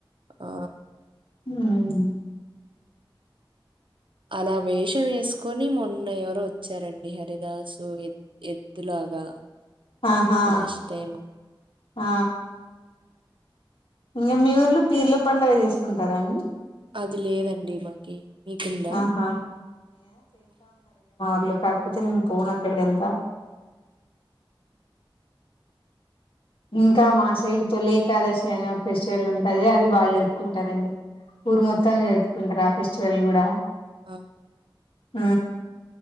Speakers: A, on the right; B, on the left.
A: ఆ
B: హ్మ్
A: అలా వేషం వేసుకొని మొ ఉన్న ఎవరో వచ్చారండి హరిదాసు ఎ ఎద్దులాగా
B: ఆహా
A: లాస్ట్ టైము
B: ఆ ఇంకా మీ ఉర్లు పీర్ల పండుగ చేసుకుంటారా అండి
A: అది లేదండి మాకి మీకుందా
B: ఆహా ర్లకాకపోతే నేను పోన్ అక్కడికి అంత ఇంకా మా సైడ్ తొలి ఏకాదశి అనే ఫెస్టివల్ ఉంటది అది బాగా జరుపుకుంటారండి ఊరు మొత్తం జరుపుకుంటారు ఆ ఫెస్టివల్ కూడా
A: ఆ
B: హ